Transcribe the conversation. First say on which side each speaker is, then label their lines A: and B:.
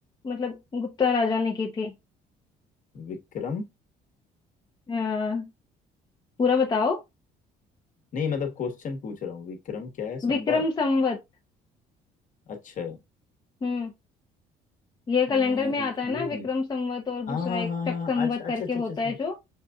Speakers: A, on the left; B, on the left.
A: मतलब गुप्ता राजा ने की थी
B: विक्रम
A: आ, पूरा बताओ
B: नहीं मतलब क्वेश्चन पूछ रहा हूँ विक्रम क्या है संवाद
A: विक्रम संवत
B: अच्छा
A: हम्म ये कैलेंडर
B: यार
A: में आता
B: ये
A: है ना विक्रम संवत और दूसरा
B: हाँ हाँ
A: एक
B: हाँ हाँ
A: शक संवत
B: अच्छा अच्छा
A: करके
B: अच्छा अच्छा
A: होता
B: अच्छा,
A: है जो